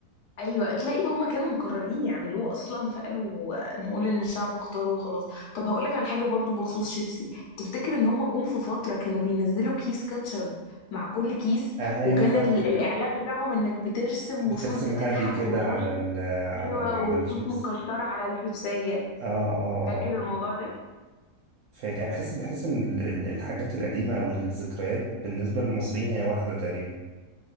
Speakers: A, on the left (about 75°); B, on the right (about 70°).
A: ايوه تلاقي هما كانوا مقررين يعملوه اصلا فقالوا نقول ان الشعب اختاره وخلاص طب هقولك على حاجه برضو بخصوص شيبسي تفتكر ان هما جم في فتره كانوا بينزلوا كيس كاتشب مع كل كيس
B: ايوه
A: وكان
B: فاكره
A: ال- الاعلان بتاعهم انك بترسم
B: بترسم
A: وشوش بتضحك
B: هابي كده
A: وشوش
B: على
A: <laughs>
B: ال
A: ايوه
B: على ال على
A: وشوش
B: الشيبس
A: مكشره على الشيبسيه
B: اه اه
A: فاكر
B: اه
A: الموضوع ده
B: فاكر أنا بحس بحس ان ال- ال- الحاجات القديمه والذكريات بالنسبه للمصريين هي واحده تقريبا